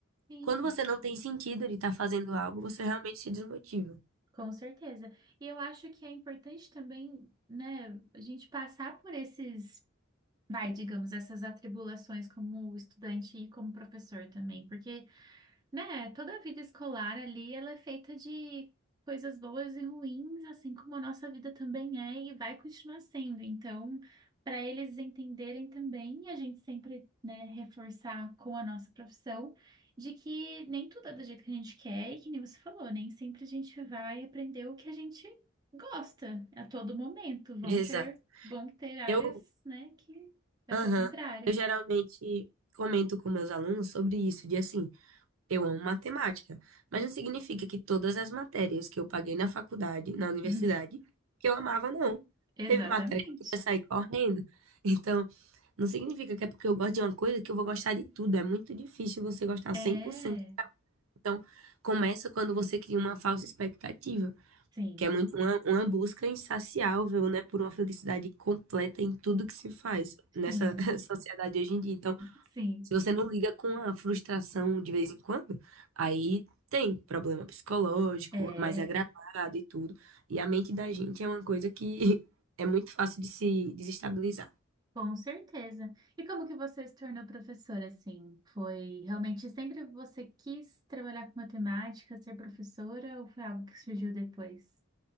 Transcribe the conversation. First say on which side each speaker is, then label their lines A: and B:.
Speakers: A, on the right; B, on the right.
A: Sim,
B: quando você não tem sentido de estar fazendo algo, você realmente se desmotiva.
A: com certeza. E eu acho que é importante também, né, a gente passar por esses, vai, digamos, essas atribulações como estudante e como professor também, porque Né? Toda a vida escolar ali, ela é feita de coisas boas e ruins, assim como a nossa vida também é e vai continuar sendo. Então, para eles entenderem também, a gente sempre, né, reforçar com a nossa profissão de que nem tudo é do jeito que a gente quer e que nem você falou, nem sempre a gente vai aprender o que a gente gosta a todo momento. Vão
B: Exato.
A: ter, vão ter áreas,
B: Eu,
A: né, que vai
B: aham,
A: ser o contrário.
B: eu geralmente comento com meus alunos sobre isso, de assim, eu amo matemática, mas não significa que todas as matérias que eu paguei na faculdade, na universidade,
A: <laughs>
B: que eu amava, não.
A: Exatamente.
B: Teve matéria que eu queria sair correndo. Então, Não significa que é porque eu gosto de uma coisa que eu vou gostar de tudo. É muito difícil você gostar
A: É,
B: 100%. Então, começa quando você cria uma falsa expectativa,
A: sim.
B: que é muito uma, uma busca insaciável, né, por uma felicidade completa em tudo que se faz nessa
A: Sim,
B: <laughs> sociedade hoje em dia. Então,
A: sim.
B: se você não liga com a frustração de vez em quando, aí tem problema psicológico,
A: É,
B: mais agravado e tudo. E a mente da gente é uma coisa que <laughs> é muito fácil de se desestabilizar.
A: com certeza. E como que você se tornou professora, assim? Foi realmente sempre você quis trabalhar com matemática, ser professora, ou foi algo que surgiu depois?